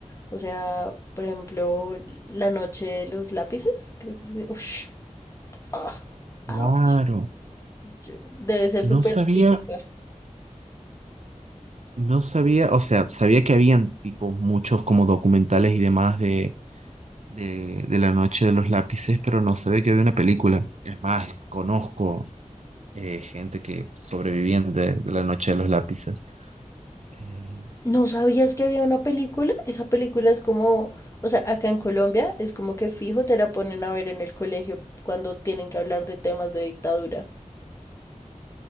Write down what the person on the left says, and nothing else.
O sea, por ejemplo, La Noche de los Lápices, creo que es. Ush, ah,
ouch. Yo- Debe ser
súper
típica.
¿No sabías que había una película? Esa película es como, o sea, acá en Colombia es como que fijo te la ponen a ver en el colegio cuando tienen que hablar de temas de dictadura.